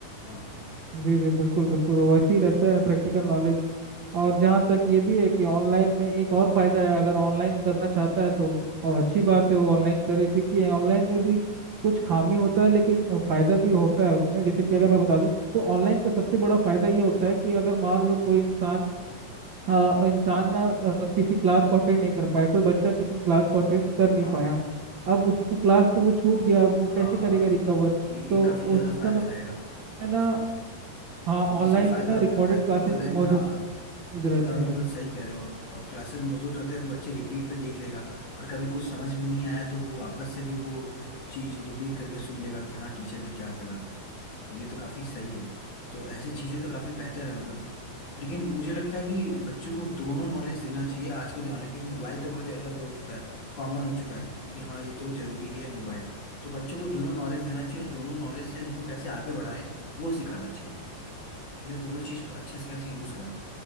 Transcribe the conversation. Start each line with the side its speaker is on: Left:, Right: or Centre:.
Left: हाँ
Right: जी जी बिल्कुल बिल्कुल वैसे ही रहता है प्रैक्टिकल नॉलेज और जहाँ तक ये भी है कि ऑनलाइन में एक और फायदा है अगर ऑनलाइन करना चाहता है तो अ, अच्छी बात है वो ऑनलाइन करे क्योंकि ऑनलाइन में भी कुछ खामी होता है लेकिन अ, फायदा भी होता है उसमें जैसे कि अगर मैं बता दूं तो ऑनलाइन का सबसे बड़ा फायदा ये होता है कि अगर मान लो कोई इंसान अ, इंसान ना अ, किसी क्लास को अटेंड नहीं कर पाया कोई बच्चा किसी क्लास को अटेंड कर नहीं
Left: हाँ
Right: पाया
Left: हाँ
Right: अब उसका क्लास तो वो छूट गया अब वो
Left: हाँ,
Right: कैसे करेगा रिकवर
Left: तो ये
Right: तो
Left: ये काफी
Right: उस
Left: ज्यादा फायदा
Right: समय
Left: रहेगा
Right: में
Left: हाँ
Right: ना
Left: समझ
Right: हाँ
Left: कि इससे
Right: ऑनलाइन
Left: फायदा
Right: में ना
Left: हो
Right: रिकॉर्डेड
Left: जाता है
Right: क्लासेस
Left: कि ऑनलाइन
Right: मौजूद
Left: में हाँ
Right: रहते
Left: ये तो आप
Right: हैं
Left: बिल्कुल सही कह रहे हो क्लासेस मौजूद रहते हैं तो बच्चे रिपीट पे देख लेगा और कभी कुछ समझ में नहीं आया तो वो वापस से भी वो चीज रिपीट करके सुन लेगा कि हाँ टीचर ने क्या बोला था तो ये तो काफी सही है तो ऐसी चीजें तो काफी बेहतर है मतलब लेकिन मुझे लगता है कि बच्चों को दोनों नॉलेज देना चाहिए आज के ज़माने में क्योंकि मोबाइल तो बहुत ज़्यादा वो हो चुका है कॉमन हो चुका है कि हाँ ये तो ज़रूरी ही है मोबाइल तो बच्चों को दोनों नॉलेज देना चाहिए और दोनों नॉलेज से उनको कैसे आगे बढ़ाएं वो सिखाना चाहिए उन्हें दोनों चीज़ को अच्छे से कैसे यूज़ करना